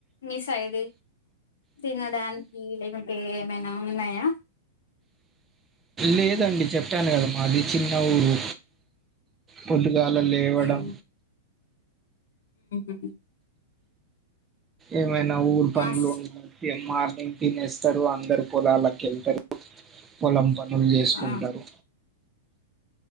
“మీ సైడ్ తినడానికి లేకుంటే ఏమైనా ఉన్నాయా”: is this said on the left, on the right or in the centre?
Left